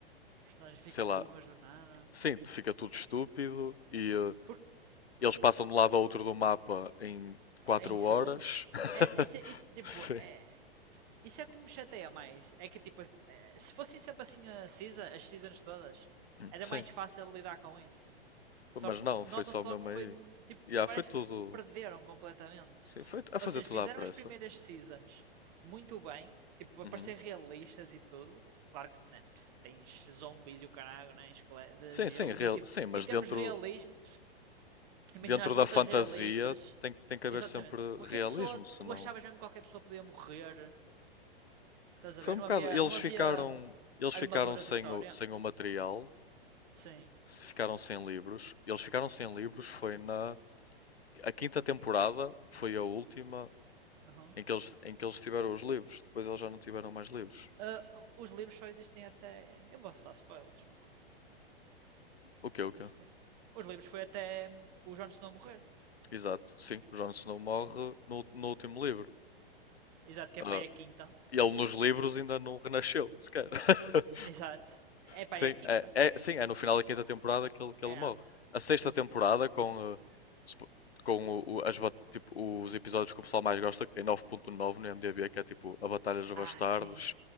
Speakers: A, on the right; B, on the left.
A: os personagens ficam
B: sei lá,
A: burras do nada.
B: sim, fica tudo estúpido e eh,
A: Porque
B: eles passam de um lado ao outro do mapa em 4
A: em segundos?
B: horas. <laughs>
A: É, isso, é-
B: <laughs>
A: isso, tipo,
B: Sim.
A: é, isso é como me chateia mais. É que tipo, é, se fossem sempre assim a season, as seasons todas, era
B: Sim,
A: mais fácil lidar com isso.
B: Pô,
A: Só
B: mas
A: que
B: não,
A: nota-se
B: foi só mesmo
A: logo que
B: aí.
A: foi tipo,
B: Yeah,
A: parece
B: foi tudo.
A: que se perderam completamente.
B: Sim, foi a fazer
A: Ou seja,
B: tudo
A: fizeram
B: à pressa.
A: as primeiras seasons muito bem, tipo, a
B: Uhum.
A: parecer realistas e tudo. Claro que, né, tens zombies e o caralho, né, esquele- de
B: Sim,
A: gelo,
B: sim, real-
A: mas tipo,
B: sim, mas
A: em termos
B: dentro,
A: de realismo, imagina
B: dentro
A: as
B: da
A: lutas
B: fantasia
A: realistas.
B: tem, tem que haver
A: Exatamente.
B: sempre
A: Qualquer
B: realismo,
A: pessoa,
B: senão.
A: tu achavas mesmo que qualquer pessoa podia morrer, estás
B: Foi
A: a ver?
B: um bocado.
A: Não havia,
B: Eles
A: não
B: ficaram,
A: havia hum,
B: eles ficaram
A: armadura
B: sem
A: de história.
B: o, sem o material,
A: Sim.
B: se ficaram sem livros. Eles ficaram sem livros, foi na. A quinta temporada foi a última
A: aham.
B: em que eles, em que eles tiveram os livros. Depois eles já não tiveram mais livros.
A: Ah, os livros só existem até. Eu posso dar spoilers, não posso.
B: O quê, o quê?
A: Acho que sim. Os livros foi até hum, o Jon Snow morrer.
B: Exato, sim. O Jon Snow morre no, no último livro.
A: Exato, que
B: Ah,
A: é para aí a quinta.
B: ele nos livros ainda não renasceu, sequer. <laughs>
A: Exato. É para
B: Sim,
A: aí a quinta.
B: é, é- sim, é no final da quinta temporada que ele, que
A: É.
B: ele morre. A sexta temporada, com, eh, supo- com o- o- as bat- tipo, os episódios que o pessoal mais gosta, que tem nove ponto nove no IMDb, que é tipo A Batalha dos Bastardos,
A: Ah, sim.